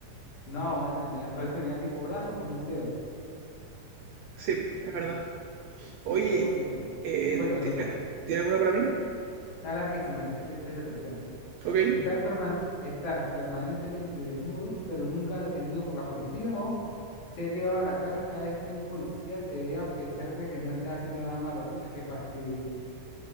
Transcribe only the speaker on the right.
Sí, es
verdad.
Oye,
eh,
¿tiene,
¿tiene alguna para mí?
Ok.